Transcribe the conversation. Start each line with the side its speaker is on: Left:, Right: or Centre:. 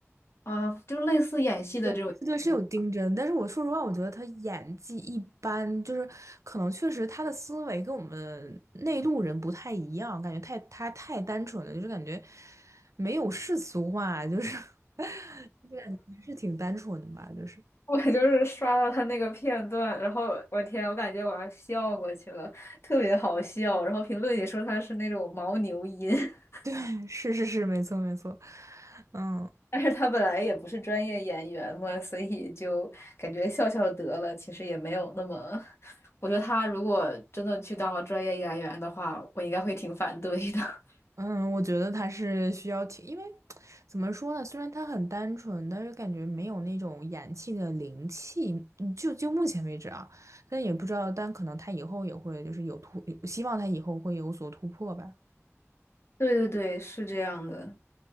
Left: 啊，就类似演戏的这种节目。
Right: 对，对，是有丁真，
Left: <laughs>
Right: 但是我说实话，我觉得他演技一般，就是可能确实他的思维跟我们内陆人不太一样，感觉太他太单纯了，就是感觉没有世俗化，就是 <laughs> 就感觉还是挺单纯的吧，就是
Left: 我就是刷到他那个片段，然后我天，我感觉我要笑过去了，特别好笑。然后评论里说他是那种牦牛音。<laughs>
Right: <laughs> 是是是，没错没错，嗯，
Left: 但是他本来也不是专业演员嘛，所以就感觉笑笑得了，其实也没有那么。我觉得他如果真的去当了专业演员的话，我应该会挺反对的。<laughs>
Right: 嗯，我觉得他是需要挺，因为怎么说呢？虽然他很单纯，但是感觉没有那种演气的灵气。嗯就就目前为止啊，但也不知道，但可能他以后也会就是有突，希望他以后会有所突破吧。
Left: 对对对，是这样的。